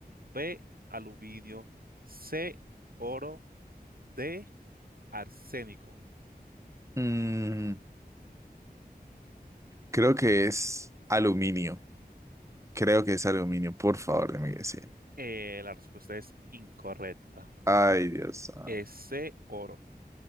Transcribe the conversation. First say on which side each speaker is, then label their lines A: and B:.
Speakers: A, on the right; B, on the right.
A: B, aluminio, C, oro, D, arsénico.
B: mm, creo que es aluminio. Creo que es aluminio. Por favor, déjame decir.
A: Eh, la respuesta es incorrecta.
B: Ay, Dios. santo.
A: Es C, oro.